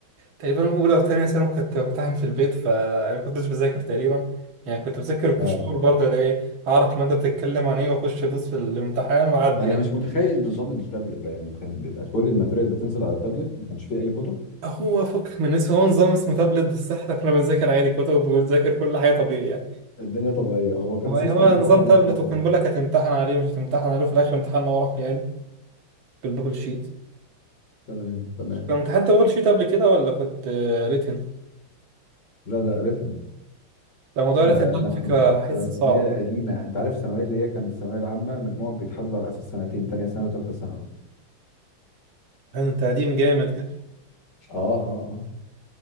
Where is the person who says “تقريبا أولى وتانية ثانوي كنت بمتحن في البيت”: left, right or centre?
Right